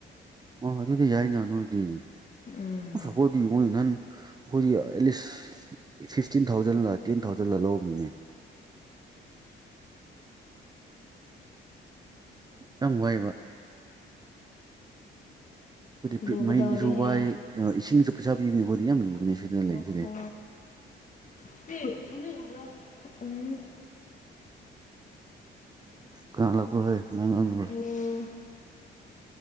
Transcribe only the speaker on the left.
ꯎꯝ
ꯂꯨꯒꯗꯧꯔꯦꯍꯦ
ꯑꯣꯍꯣ
<inaudible> ꯎꯝ
ꯎꯝ